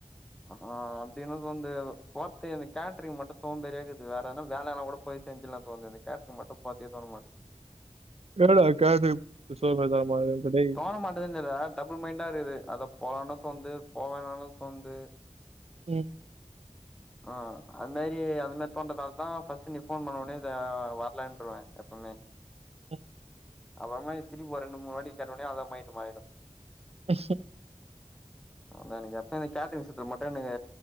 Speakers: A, in the centre; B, on the right.
A: ஆ அப்டினு வந்து போர்த்தே எனக் கேட்ரிங் மட்டு சோம்பேரியா இர்க்குது வேற எதுனா வேலனா கூட போய் செஞ்சுர்லா தோணுது கேட்ரிங் மட்டு பாக்கயே தோண மாட்டுக்
B: இது என்னடா இர்க்கு அது இத் சோர் பர்மாற மார் இருக்கு டேய்
A: தோண மாட்டதுன் இல்லடா டபுள் மைண்டா இருக்குது அதா போலானு தோண்து போவேண்டானு தோண்து
B: ம்
A: ஆ அது மாரி அது மாரி தோன்றதால்தா ஃபஸ்ட்டு நீ ஃபோன் பண்ண ஒட்னே இது வர்லன்ட்ருவ எப்பமே
B: ம்
A: அப்புறமா நீ திரும்பி ஒர் ரெண்டு மூணு வாட்டி கேட்டோனே அதா மைண்டு மாறிடு
B: அ
A: அதா எனக் எப்ப இந்த கேட்ரிங் விஷுத் து மட்டு எனக்கு